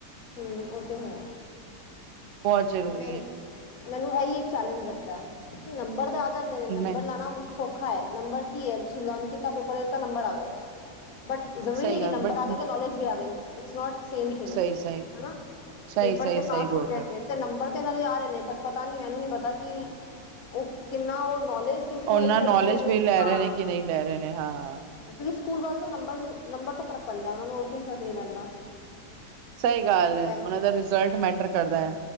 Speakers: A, on the left; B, on the right.
A: ਓ ਤੇ ਹੈ।
B: ਬਹੁਤ ਜ਼ਰੂਰੀ
A: ਮੈ
B: ਹੈ
A: ਮੈਨੂੰ ਇਹੀ ਇੱਕ ਚੈਲੇਂਜ ਲੱਗਦਾ ਐ, ਨੰਬਰ ਤੇ ਆ ਜਾਂਦੇ ਨੇ
B: ਨਹੀਂ
A: ਨੰਬਰ ਲਾਉਣਾ ਮੁਸ਼ਕਿਲ ਸੌਖਾ ਐ, ਨੰਬਰ ਕੀ ਐ ਤੁਸੀਂ ਲੋਨ ਕੀਤਾ ਪੇਪਰ ਦਿੱਤਾ ਨੰਬਰ ਆ ਗਏ। ਬਟ ਜ਼ਰੂਰੀ
B: ਸਹੀ
A: ਨਹੀਂ ਕਿ
B: ਗੱਲ
A: ਨੰਬਰ
B: ਬਟ
A: ਆ ਗਏ ਤਾਂ ਨੌਲੇਜ ਵੀ ਆ ਗਈ ਇਟਸ ਨੋਟ ਸੇਮ ਏ,
B: ਸਹੀ ਸਹੀ
A: ਹਨਾ
B: ਸਹੀ
A: ਪੇਪਰ
B: ਸਹੀ
A: ਤੇ
B: ਸਹੀ
A: ਪਾਸ
B: ਬੋਲ
A: ਹੋ ਜਾਏਗੇ।
B: ਰਹੇ
A: ਤੇ ਨੰਬਰ ਤੇ ਇਹਨਾਂ ਦੇ ਆ ਰਹੇ ਨੇ ਬਟ ਪਤਾ ਨੀ ਮੈਨੂੰ ਨੀ ਪਤਾ ਕਿ ਉਹ ਕਿੰਨਾ ਉਹ ਨੌਲੇਜ ਤੁਸੀਂ
B: ਉਹਨਾਂ
A: ਐਕਸੈਪਟ
B: ਨੌਲੇਜ
A: ਕਰ ਰਹੇ
B: ਵੀ
A: ਆ
B: ਲੈ
A: ਹਾਂ।
B: ਨੇ ਕਿ ਨਹੀਂ ਲੈ ਰਹੇ ਨੇ ਹਾਂ
A: ਕਿਉਂਕਿ ਸਕੂਲ ਵਾਲੇ ਤੋਂ ਨੰਬਰ ਨੂੰ ਨੰਬਰ ਤੋਂ ਫ਼ਰਕ ਪੈਂਦਾ, ਉਹਨਾ ਨੂੰ ਹੋਰ ਕੋਈ ਫ਼ਰਕ ਨਹੀਂ ਪੈਂਦਾ।
B: ਸਹੀ ਗੱਲ
A: ਇਹ
B: ਐ, ਉਹਨਾਂ ਦਾ ਰਿਜ਼ਲਟ ਮੈਟਰ ਕਰਦਾ ਐ।